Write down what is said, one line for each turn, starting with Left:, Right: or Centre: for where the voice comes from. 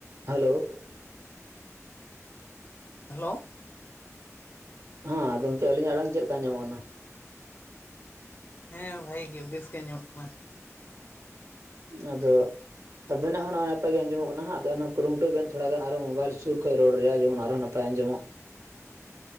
Right: Hello
Left: hello
Right: ᱦᱚᱸ ᱜᱚᱝᱠᱮ ᱟᱹᱞᱤᱧᱟᱜ ᱟᱲᱟᱝ ᱪᱮᱫ ᱞᱮᱠᱟ ᱟᱡᱚᱢᱚᱜ ᱠᱟᱱᱟ?
Left: ᱦᱮᱸ ᱵᱷᱟᱜᱮ ᱜᱮ ᱵᱮᱥ ᱜᱮ ᱟᱡᱚᱢᱚᱜ ᱠᱟᱱᱟ ᱾
Right: ᱟᱫᱚ ᱟᱵᱮᱱᱟᱜ ᱦᱚᱸ ᱱᱚᱜ-ᱚᱭ ᱱᱟᱯᱟᱭ ᱜᱮ ᱟᱸᱡᱚᱢᱚᱜ ᱟᱵᱤᱱᱟ ᱦᱟᱜ ᱱᱟᱯᱟᱭ ᱜᱮ ᱟᱡᱚᱢ ᱠᱟᱱᱟ ᱟᱫᱚ ᱮᱱ ᱦᱚᱸ ᱠᱩᱨᱩᱢᱩᱴᱩᱭ ᱵᱮᱱ ᱛᱷᱚᱲᱟᱜᱟᱱ ᱟᱨᱦᱚ ᱢᱳᱵᱟᱭᱤᱞ ᱥᱩᱨ ᱠᱷᱚᱱ ᱨᱚᱲ ᱨᱮᱭᱟᱜ ᱡᱮᱢᱚᱱ ᱟᱨᱦᱚᱸᱱᱟ ᱯᱟᱭ ᱟᱸᱡᱚᱢᱚᱜ